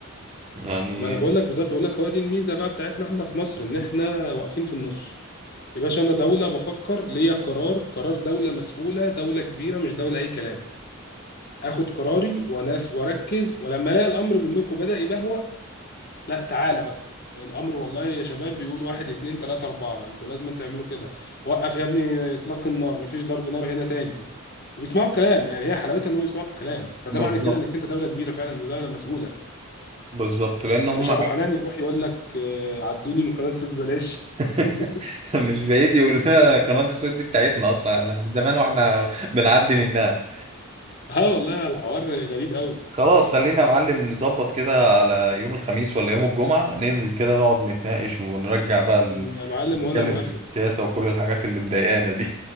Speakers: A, on the right; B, on the left.
A: يعني
B: ما انا بقول لك بالظبط بقول لك هو دي الميزه بقى بتاعتنا احنا في مصر ان احنا واقفين في النص يا باشا انا دوله بفكر ليا قرار قرار دوله مسؤوله دوله كبيره مش دوله اي كلام اخد قراري واناف واركز ولما الاقي الامر منكم بدا يبهوأ لا تعالى بقى الامر والله يا شباب بيقول واحد اتنين تلاته اربعه انتوا لازم تعملوا كده وقف يا ابني اطلاق النار مفيش ضرب نار هنا تاني وبيسمعوا الكلام يعني هي حلاوتها ان هم يسمعوا الكلام فده
A: بالظبط
B: معنى كده انك انت دوله كبيره فعلا إن دوله مسؤوله
A: بالظبط لان هم
B: مش ابو حنان يروح يقول لك آه، عدوني من قناه السويس بلاش
A: <laughs>
B: <laughs>
A: مش بعيد يقول لنا قناة السويس دي بتاعتنا اصلا احنا من زمان واحنا بنعدي منها
B: اه والله الحوار غريب قوي
A: خلاص خلينا يا معلم نظبط كده على يوم الخميس ولا يوم الجمعة ننزل كده نقعد نتناقش ونرجع بقى ال...
B: يا معلم
A: نتكلم
B: وانا موافق
A: في السياسة وكل الحاجات اللي مضايقانا دي